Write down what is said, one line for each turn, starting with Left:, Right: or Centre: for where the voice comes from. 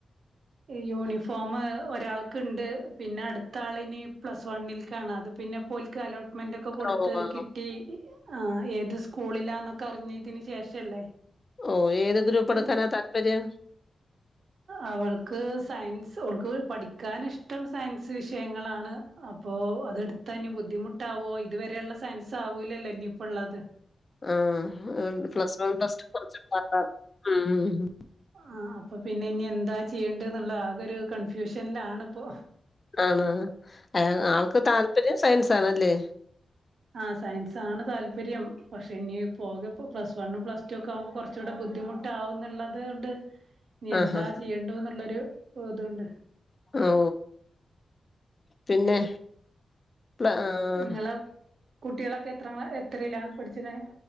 Right: യൂണിഫോം ഒരാൾക്കുണ്ട് പിന്നെ അടുത്ത ആളിനി പ്ലസ് വണ്ണിൽ കാണ് അത്. പിന്നെ പോൽക്ക് അലോട്ട് മെൻ്റൊക്കെ കൊടുത്ത്
Left: ഓ
Right: കിട്ടി ആ ഏത് സ്കൂളിലാന്നൊക്കെ അറിഞ്ഞതിന് ശേഷല്ലേ
Left: ഓ ഏത് ഗ്രൂപ്പ് എടുക്കാനാ
Right: എൽ-
Left: താല്പര്യം.
Right: അവൾക്ക് സയൻസ് അവൾക്ക് പഠിക്കാൻ ഇഷ്ടം സയൻസ് വിഷയങ്ങളാണ്. അപ്പോ അത എടുത്തന് ബുദ്ധിമുട്ടാവോ ഇതുവരെയുള്ള സയൻസ് ആവൂലല്ലോ ഇനിയിപ്പോ ഉള്ളത്. <inaudible>
Left: ആ പ്ലസ് വൺ പ്ലസ് ടു കുറച്ച് പാടാ ഉം
Right: ആ അപ്പൊ പിന്നെ ഇനി എന്താ ചെയ്യേണ്ട് എന്നുള്ള ആകെ ഒരു കൺഫ്യൂഷനിലണ് ഇപ്പൊ
Left: ആണോ അ ആൾക്ക് താല്പര്യം സയൻസ് ആണല്ലേ
Right: ആഹ് സയൻസ്സാണ് താല്പര്യം പക്ഷെ ഇനി പോകപ്പ പ്ലസ് വണ്ണും പ്ലസ് ടു റ്റക്ക് ആകുമ്പോൾ കുറച്ച് കൂടെ ബുദ്ധിമുട്ടാവുന്നുള്ളത് കൊണ്ട് എന്താ
Left: ആഹാ
Right: ചെയ്യേണ്ട ന്നുള്ളൊരു ഇതോണ്ട്.
Left: ഓ പിന്നെ പ്ല ആഹ്
Right: നിങ്ങള് കുട്ടികളൊക്കെ എത്ര എത്രയിലാ പഠിച്ചണെ